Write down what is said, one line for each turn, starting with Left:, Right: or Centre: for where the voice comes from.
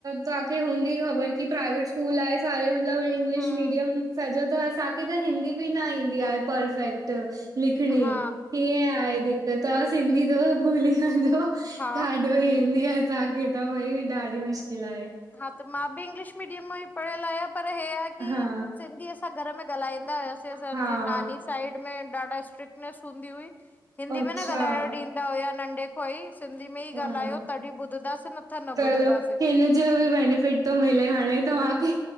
Right: तां खे हूंदी ख़बर की प्राआइवेट। स्कूल आहे सारे मतलब इंग्लिश
Left: हम्म
Right: मीडियम सॼो त असांखे त हिंदी बि न ईंदी आहे परफेक्ट। त् लिखणी।
Left: हा
Right: हीअं आहे दिक़त तां सिंधी त भुली वञो।
Left: हा
Right: ॾाढो ई ईंदी आ। असांखे त भई, ॾाढी मुश्किल आहे।
Left: हा, त मां बि इंग्लिश मीडियम मां ई पढ़ियल आयां, पर हे आ की
Right: हा
Left: सिंधी। असां घर में ॻाल्हाईंदा हुआसींअसांजी
Right: हा
Left: नानी साइड में ॾाढा स्ट्रिकनेस हूंदी हुई। हिंदी
Right: अच्छा
Left: में न ॻाल्हाइणु ॾींदा हुया नंढे खां ई, सिंधी में ई
Right: हा
Left: ॻाल्हायो, तॾहिं ॿुधंदासीं न। त न
Right: चलो,
Left: ॿुधंदासीं
Right: हिन जो बि बेनेफिट थो मिले हाणे त मांखे,